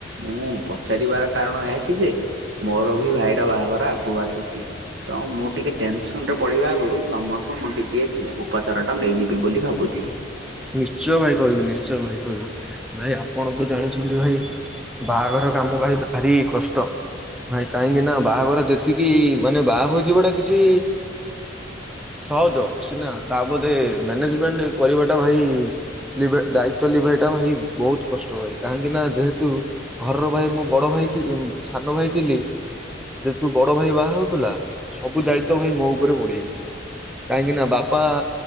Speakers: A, on the right; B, in the centre.
A: ମୁଁ ପଚାରିବାର କାରଣ ଏହା କି ଯେ, ମୋର ବି ଭାଇର ବାହାଘର ଆଗକୁ ଆସୁଛି। ତ ମୁଁ ଟିକେ ଟେନସନ ରେ ପଡିବା ଆଗରୁ, ତମଠୁ ମୁଁ ଟିକେ ଉପଚାର ଟା ନେଇଯିବି ବୋଲି ଭାବୁଛି।
B: ନିଶ୍ଚୟ ଭାଇ କହିବି। ନିଶ୍ଚୟ ଭାଇ କହିବି। ଭାଇ ଆପଣ ଆପଣ ଜାଣିଛନ୍ତି ଭାଇ, ବାହାଘର କାମ ଭାଇ ଭାରି କଷ୍ଟ। ଭାଇ କାହିଁକି ନା ବାହାଘର ଯେତିକି ମାନେ, ବାହା ହେଇ ଯିବାଟା କିଛି ସହଜ ସିନା ତା ବୋଧେ ମ୍ୟାନେଜମେଣ୍ଟ କରିବା ଟା, ଭାଇ ଦାୟିତ୍ୱ ଲିଭେଇଟା ଭାଇ ବହୁତ କଷ୍ଟ ଭାଇ। କାହିଁକିନା ଯେହେତୁ ଘରର ଭାଇ ମୁଁ ବଡ଼ ଭାଇ ଥିଲି। ସାନ ଭାଇ ଥିଲି। ଯେହେତୁ ବଡ ଭାଇ ବାହା ହଉଥିଲା, ସବୁ ଦାୟିତ୍ଵ ଭାଇ ମୋ ଉପରେ ପଡି ଯାଇଥିଲା। କାହିଁକି ନା ବାପା,